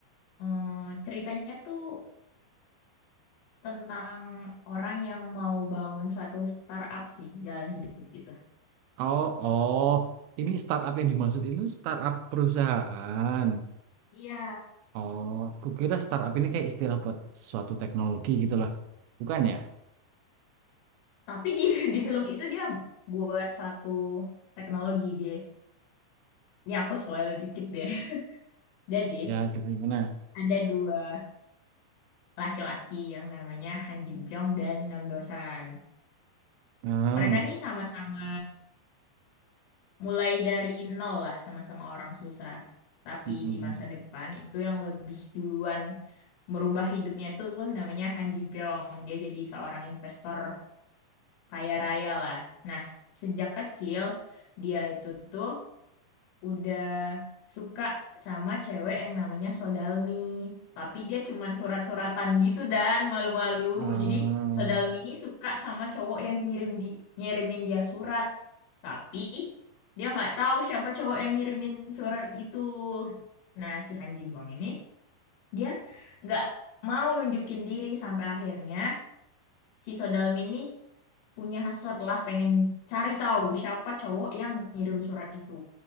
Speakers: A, on the left; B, on the right.
A: mm, ceritanya tuh tentang orang yang mau bangun suatu startup sih, jalan hidup gitu.
B: Oh oh ini startup yang dimaksud itu startup perusahaan.
A: Iya.
B: Oh, kukira startup ini kayak istilah buat suatu teknologi gitu lah. Bukan ya?
A: Tapi di <laughs> di film itu dia buat suatu teknologi dia. Ini aku spoil dikit deh. <laughs> Jadi
B: Ya, jadi gimana?
A: ada dua laki-laki yang namanya Han Jin Pyong dan Nam Dosan.
B: Hmm.
A: Mereka nih sama-sama mulai dari nol lah, sama-sama orang susah. Tapi
B: Mm-mm.
A: di masa depan itu yang lebih duluan merubah hidupnya tuh namanya Han Jin Pyong. Dia jadi seorang investor kaya raya lah. Nah, sejak kecil dia itu tuh udah suka sama cewek yang namanya Sodalmi. Tapi dia cuman surat-suratan gitu dan malu-malu.
B: Hmm. hmm.
A: Jadi Sodalmi
B: Hmm.
A: ini suka sama cowok yang ngirim di ngirimin dia surat. Tapi dia nggak tahu siapa cowok yang ngirimin surat itu. Nah, si Han Jimbong ini dia nggak mau nunjukin diri sampai akhirnya si Sodalmi ini punya hasrat lah pengen cari tahu siapa cowok yang ngirim surat itu.